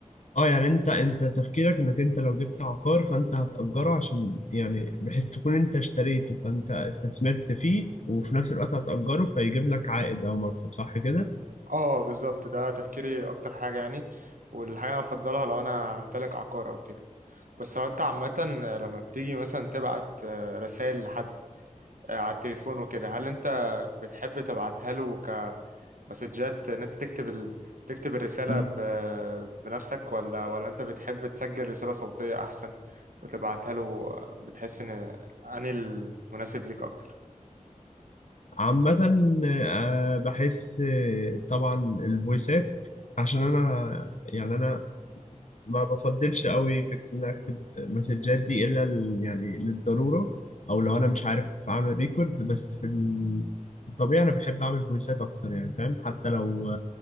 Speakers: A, on the left; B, on the right.
A: اه يعني انت انت تفكيرك انك انت لو جبت عقار فانت هتأجره عشان يعني بحيث تكون انت اشتريته فانت استثمرت فيه وفي نفس الوقت هتأجره فيجيب لك عائد او مكسب صح كده؟
B: اه بالظبط ده تفكيري اكتر حاجه يعني والحاجه اللي انا بفضلها لو انا همتلك عقار او كده بس هو انت عامة لما بتيجي مثلا تبعت رسائل لحد آه، على التليفون وكده هل انت بتحب تبعتها له كمسجات ان انت تكتب ال... تكتب الرسالة
A: مم.
B: ب... بنفسك ولا ولا انت بتحب تسجل رسالة صوتية احسن وتبعتها له آه، بتحس ان انهي المناسب ليك اكتر
A: عامة آه، بحس آه، طبعا الفويسات عشان انا يعني انا ما بفضلش قوي فكرة إن أنا أكتب مسجات دي إلا ال- يعني للضرورة أو لو أنا مش عارف أعمل ريكورد بس في ال- في الطبيعي أنا بحب أعمل فويسات أكتر يعني فاهم حتى لو